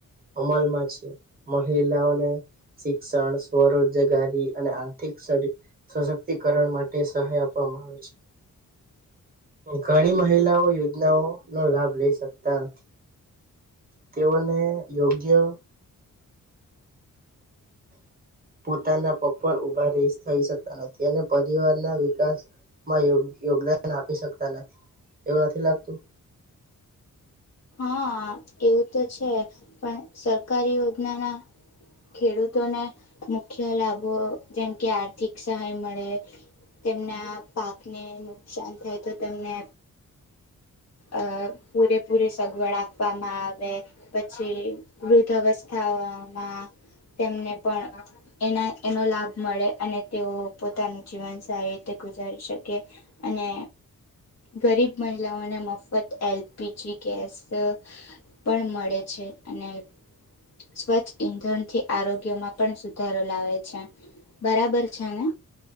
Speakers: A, on the right (about 25°); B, on the left (about 50°).
A: અમલમાં છે. મહિલાઓને સિક્ષણ, સ્વરોજગારી અને આર્થિક સરી, સશક્તિકરણ માટે સહાય આપવામાં આવે છે. ઘણી મહિલાઓ યોજનાઓનો લાભ લઈ શકતા, તેઓને યોગ્ય પોતાના પગ પર ઉભા રહી થઈ, રહી શકતા નથી, અને પરિવારના વિકાસમાં યો યોગદાન આપી શકતા નથી, એવું નથી લાગતું?
B: હા, એવું તો છે. પણ સરકારી યોજનાના ખેડૂતોને મુખ્ય લાભો જેમ કે આર્થિક સહાય મળે, તેમના પાકને નુકશાન થાય તો તેમને અ પૂરેપૂરી સ સગવડ આપવામાં આવે, પછી વૃદ્ધ અવસ્થામાં તેમને પણ એના એનો લાભ મળે, અને તેઓ પોતાનું જીવન સારી રીતે ગુજારી શકે, અને ગરીબ મહિલાઓને મફત એલપીજી ગેસ પણ મળે છે અને સ્વચ્છ ઈંધણ થી આરોગ્યમાં પણ સુધારો લાવે છે, બરાબર છે ને?